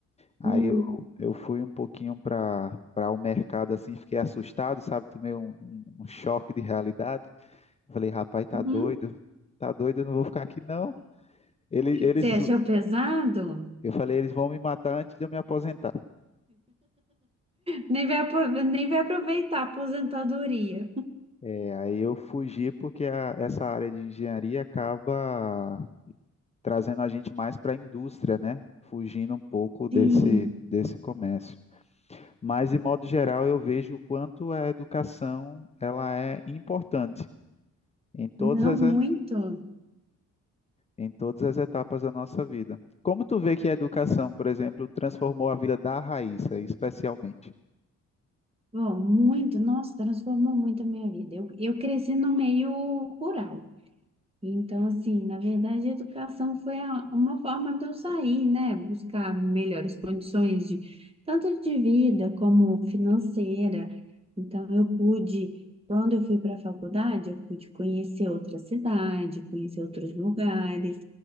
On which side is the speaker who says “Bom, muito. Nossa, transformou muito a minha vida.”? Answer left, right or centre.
Right